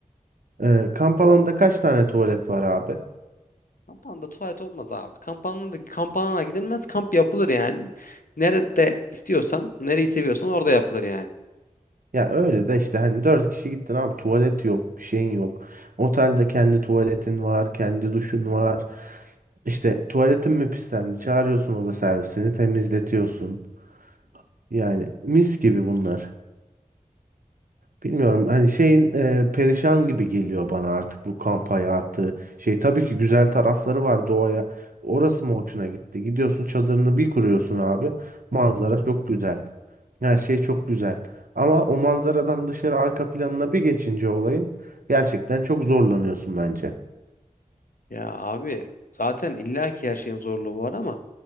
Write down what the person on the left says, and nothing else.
Kampanda tuvalet olmaz abi. Kampanda da kampana gidilmez kamp yapılır yani. Nerede istiyorsan, nereyi seviyorsan orada yapılır yani.
Ya abi zaten illaki her şeyin zorluğu var ama